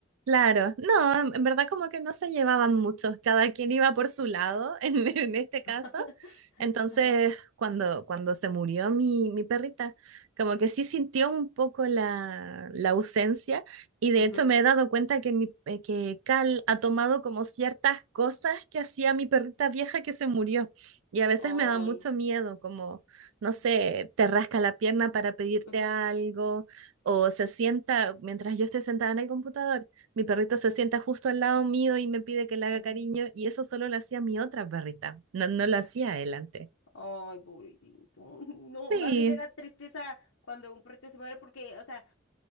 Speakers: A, on the right; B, on the left.
A: Claro, no,
B: Ujú.
A: en en verdad como que no se llevaban mucho, cada quien iba por su lado <laughs> en, en este caso.
B: <laughs>
A: Entonces, cuando, cuando se murió mi, mi perrita, como que sí sintió un poco la, la ausencia y de
B: Ujú.
A: hecho me he dado cuenta que, mi, eh, que Cal ha tomado como ciertas cosas que hacía mi perrita vieja que se murió y a veces
B: Ay,
A: me da mucho miedo, como, no sé, te rasca la pierna para pedirte
B: ujú,
A: algo o se sienta mientras yo estoy sentada en el computador mi perrito se sienta justo al lado mío y me pide que le haga
B: ujú.
A: cariño, y eso solo lo hacía mi otra perrita. No, no lo hacía él antes.
B: Ay, pobrecito. <laughs> No,
A: Sí,
B: a mí me da tristeza cuando un perrito se muere porque, o sea,